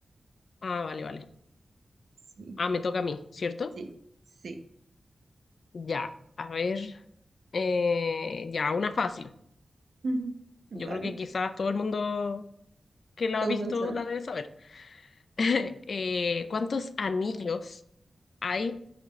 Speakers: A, on the left (about 70°); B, on the right (about 75°).
A: Ah, vale, vale.
B: Sí,
A: Ah, me toca a mí, ¿cierto?
B: sí, sí.
A: Ya, a ver, eh, ya, una fácil.
B: <laughs> Vale.
A: Yo creo que quizás todo el mundo que la
B: Todo
A: ha visto
B: el mundo
A: la debe saber. <laughs> Eh, ¿cuántos anillos hay